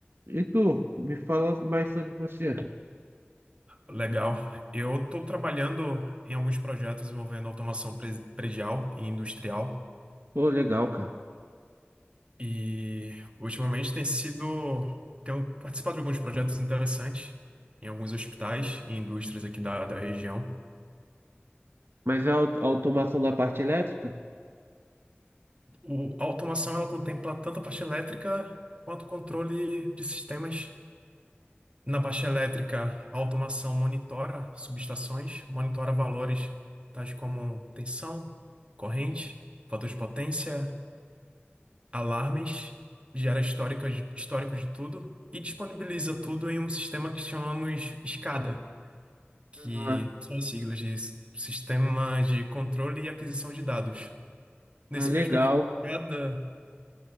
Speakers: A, on the right; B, on the right.
A: E tu, me fala mais sobre você.
B: Legal. Eu estou trabalhando em alguns projetos envolvendo automação pre- predial e industrial.
A: Pô, legal, cara.
B: E ultimamente tem sido. Tenho participado de alguns projetos interessantes em alguns hospitais e indústrias aqui da, da região.
A: Mas é a au- a automação da parte elétrica?
B: O, a automação ela contempla tanto a parte elétrica quanto o controle de sistemas. Na parte elétrica, a automação monitora subestações, monitora valores tais como tensão, corrente, fator de potência, alarmes, gera históricas, histórico de tudo e disponibiliza tudo em um sistema que chamamos SCADA que
A: Aham.
B: são as siglas de Sistema de Controle e Aquisição de Dados. Nesse
A: Ah, legal.
B: mesmo cada